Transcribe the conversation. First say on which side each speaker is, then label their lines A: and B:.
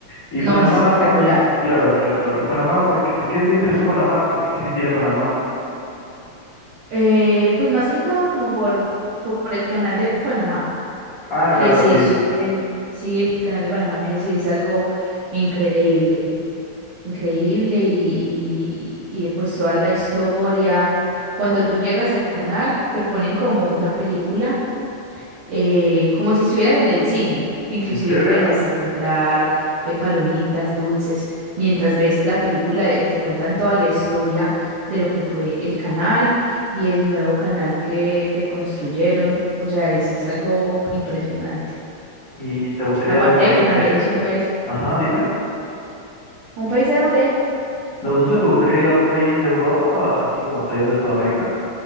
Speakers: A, on the left; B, on the right.
A: Y
B: No,
A: Panamá,
B: es espectacular.
A: claro, claro, claro. ¿Y Panamá? ¿Por qué, por qué te interesó Panamá? ¿Por qué quisiste ir a Panamá?
B: Eh, pues más que todo como por, por el canal de Panamá.
A: Ah,
B: que
A: claro,
B: sí
A: sí.
B: es, eh, sí, el canal de Panamá, que sí es algo increíble, increíble y, y, y, pues toda la historia. Cuando tú llegas al canal, te ponen como una película, eh, como si estuvieras en el cine, que inclusive
A: ¿En serio?
B: puedes hasta comprar eh, palomitas, dulces, mientras ves la película y te cuentan toda la historia de lo que fue el canal y el nuevo canal que, que construyeron. O sea, es, es algo impresionante.
A: ¿Y te gustaría
B: Aparte
A: ir a un país
B: de que
A: de...
B: también es un país.
A: Ajá, dime.
B: ¿Un país de dónde?
A: No no sé, ¿te gustaría ir a un país de Europa, así como saliendo de Sudamérica?